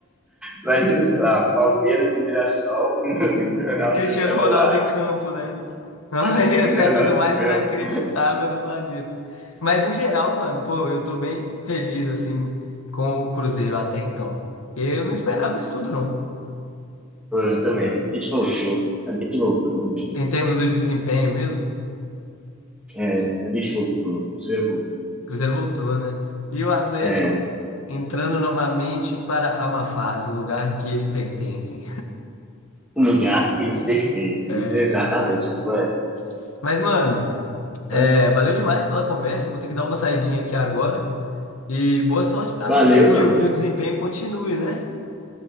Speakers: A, in the centre; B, on the left.
A: Imagina, sei lá, Palmeiras e Mirassol, <laughs> o Cristiano Ronaldo
B: Cristiano
A: jogando
B: Ronaldo
A: lá,
B: em campo, né? <laughs>
A: e o Cristiano
B: Essa é a coisa
A: Ronaldo
B: mais
A: em campo.
B: inacreditável do planeta. Mas no geral, mano, pô, eu tô bem feliz assim com o Cruzeiro até então. Eu não esperava isso tudo, não.
A: Pô, eu também. A gente loucou, a gente loucou, mano.
B: Em termos do desempenho mesmo,
A: É, a gente voltou, o Cruzeiro voltou.
B: o Cruzeiro voltou, né? E o Atlético
A: É,
B: entrando novamente para a má fase, o lugar que eles pertencem.
A: um lugar que eles pertencem, isso
B: <laughs>
A: é exatamente,
B: exato.
A: não é?
B: Mas, mano. É,
A: Mas
B: valeu demais pela conversa. Eu vou ter que dar uma saidinha aqui agora. E boa sorte para
A: valeu,
B: nós aí que,
A: meu
B: o-
A: mano.
B: que o desempenho continue, né?